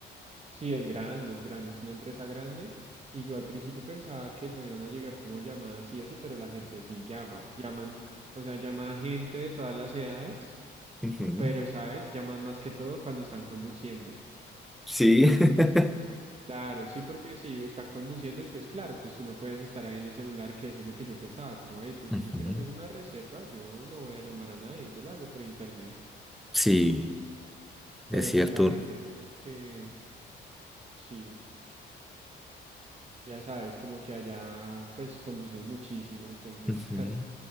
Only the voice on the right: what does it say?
Sí, es grande, es grande, es una empresa grande. Y yo al principio pensaba que no iban a llegar como llamadas y eso, pero la gente sí llama. Llaman, o sea, llama a gente de todas las edades,
pero, ¿sabes? Llaman más que todo cuando están conduciendo,
¿sí?
Claro, sí, porque si están conduciendo y pues claro, pues tú no puedes estar ahí en el celular, que eso es lo que yo pensaba, como, hey, pues
si yo quiero hacer una reserva, yo no voy a llamar a nadie, yo la hago por internet.
Pero
pues la gente como que, sí. Ya sabes, como que allá pues conducen muchísimo, entonces.